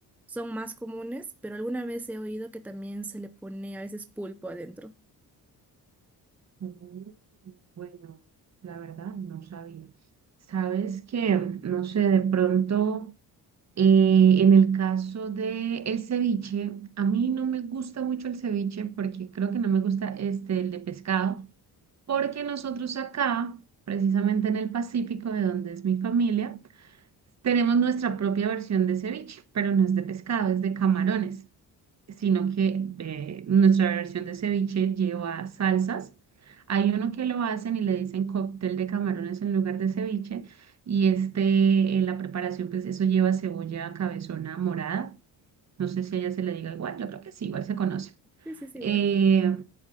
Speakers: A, in the centre; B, on the right (about 45°).
A: son más comunes, pero alguna vez he oído que también se le pone a veces pulpo adentro.
B: Mm, Bueno, la verdad no sabía. ¿Sabes que No sé, de pronto eh, en el caso de el ceviche, a mí no me gusta mucho el ceviche porque creo que no me gusta este el de pescado. Porque nosotros acá, precisamente en el Pacífico, de donde es mi familia, tenemos nuestra propia versión de ceviche, pero no es de pescado, es de camarones, sino que eh, nuestra versión de ceviche lleva salsas. Hay uno que lo hacen y le dicen cóctel de camarones en lugar de ceviche, y este, eh, la preparación, pues eso lleva cebolla cabezona morada. No sé si allá se le diga igual, yo creo que sí, igual se conoce.
A: Sí, sí, sí,
B: Eh,
A: bueno.